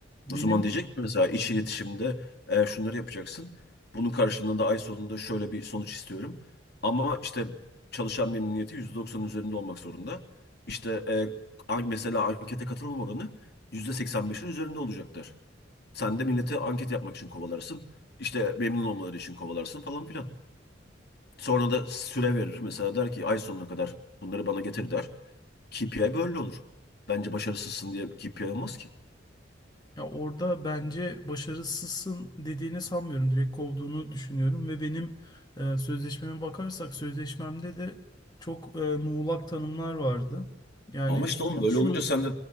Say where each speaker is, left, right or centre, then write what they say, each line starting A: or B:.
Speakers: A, on the left (about 20°); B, on the left (about 60°).
A: benim
B: O zaman diyecek ki mesela iç iletişimde e, şunları yapacaksın. Bunun karşılığında ay sonunda şöyle bir sonuç istiyorum. Ama işte çalışan memnuniyeti %90 üzerinde olmak zorunda. İşte e, an- mesela ankete katılım oranı yüzde seksen beşin üzerinde olacaklar. Sen de millete anket yapmak için kovalarsın. İşte memnun olmaları için kovalarsın falan filan. Sonra da süre verir. Mesela der ki ay sonuna kadar bunları bana getir der. KPI böyle olur. Bence başarısızsın diye KPI olmaz ki.
A: Ya orada bence başarısızsın dediğini sanmıyorum. Direkt kovduğunu düşünüyorum ve benim e, sözleşmeme bakarsak sözleşmemde de çok e, muğlak tanımlar vardı. Yani
B: Ama işte
A: şu
B: oğlum
A: şu
B: böyle
A: şu
B: olunca sen de